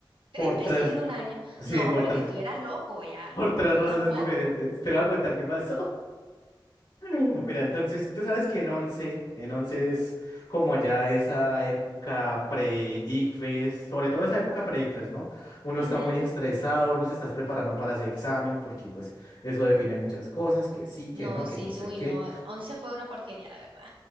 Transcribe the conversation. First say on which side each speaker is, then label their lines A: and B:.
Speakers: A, on the left; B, on the right.
A: Por
B: Tres
A: tres.
B: veces en un año.
A: Sí,
B: No,
A: por
B: pero
A: tres.
B: que estuvieras loco ya.
A: <laughs> Por tres razones
B: Tampoco.
A: diferentes. Te voy a contar qué pasó. <laughs> Mira, entonces, tú sabes que en once, en once es como ya esa época pre-ICFES, sobre todo esa época pre-ICFES, ¿no? Uno está
B: Ujú.
A: muy estresado, uno se está preparando para ese examen porque pues eso define muchas cosas, que sí, que
B: No,
A: no,
B: sí,
A: que no
B: sí,
A: sé
B: uy,
A: qué.
B: no. once fue una porquería, la verdad.